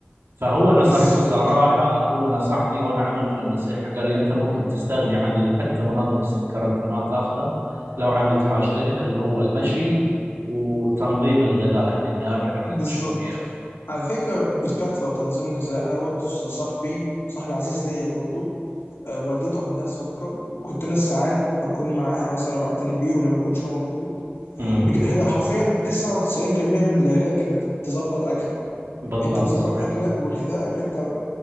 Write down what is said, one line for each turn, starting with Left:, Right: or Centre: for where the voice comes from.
Right: فهو نصحني
Left: بالظبط
Right: بصراحه هو نصحني وانا عملت بالنصيحه قال لي انت ممكن تستغني عن ال- حتى منظم السكر انت ما تاخذه لو عملت حاجتين اللي هو المشي وتنظيم الغذاء يعني اني ابعد عن
Left: بالظبط
Right: النشويات
Left: على فكره بالكثره تنظيم الغذاء انا برضه صاحبي صاحبي عزيز ليا برضه آه، والدته عندها سكر وكنت انا ساعات بكون معاها مثلا وبعتني بيهم لما يكونش هو موجود
Right: امم
Left: بج- هي حرفيا 99% من العلاج انك تظبط اكلك
Right: بالضبط
Left: انت لو ظبطت
Right: صحيح
Left: اكلك وغذائك انت